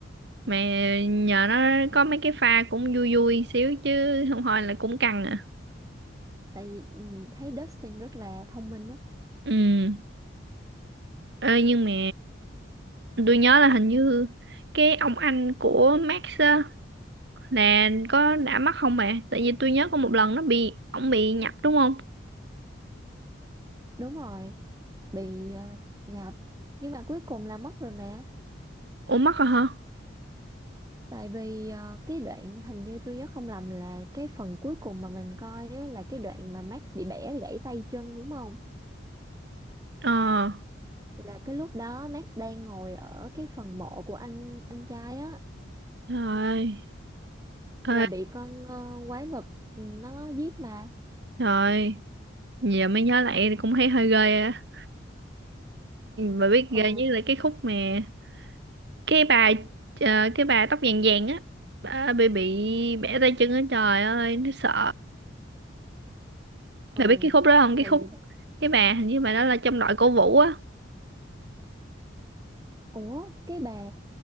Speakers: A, on the right; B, on the right.
A: mà nhờ nó có mấy cái pha cũng vui vui xíu chứ không thôi là cũng căng à
B: tại vì ừ, thấy Dustin rất là thông minh đó
A: ừ Ê, nhưng mà tôi nhớ là hình như cái ông anh của Max á, Nè có đã mắc không mẹ? Tại vì tôi nhớ có một lần nó bị ổng bị nhập đúng không?
B: đúng rồi bị ờ, nhập nhưng mà cuối cùng là mất rồi mà
A: Ủa mắc rồi hả?
B: tại vì ờ, cái đoạn hình như tôi nhớ không lầm là cái phần cuối cùng mà mình coi á, là cái đoạn mà Max bị bẻ gãy tay chân đúng không
A: Ờ
B: là cái lúc đó Max đang ngồi ở cái phần mộ của anh anh trai á
A: trời ơi
B: là
A: Ê,
B: bị con ờ, quái vật ừ, nó giết mà
A: trời ơi. giờ mới nhớ lại thì cũng thấy hơi ghê á. Bà biết ghê
B: ừ
A: với lại cái khúc mà cái bà ờ, cái bà tóc vàng vàng á bà bị bị bẻ tay chân á trời ơi nó sợ.
B: ừ
A: Bà biết cái khúc đó không? Cái
B: thì
A: khúc cái bà hình như bà đó là trong đội cổ vũ á.
B: Ủa, cái bà